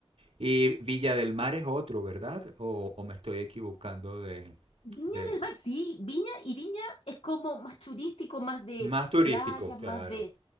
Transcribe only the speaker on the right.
Y Villa del Mar es otro, ¿verdad? O, o me estoy equivocando de,
de...
Más turístico,
claro.